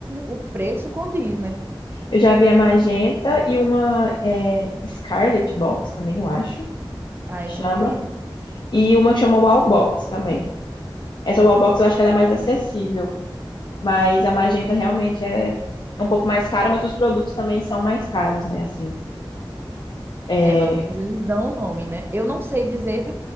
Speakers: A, on the right (about 25°); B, on the left (about 55°).
A: o preço condiz, né?
B: Eu já vi a magenta e uma é, Scarlet Box também, eu acho,
A: Ah,
B: que
A: essa
B: chama.
A: eu não conheço.
B: E uma que chama Wall Box também. Essa Wall Box eu acho que ela é mais acessível, mas a magenta realmente é é um pouco mais cara, mas os produtos também são mais caros, né? Assim. É,
A: É, pelo menos eles dão o nome, né? Eu não sei dizer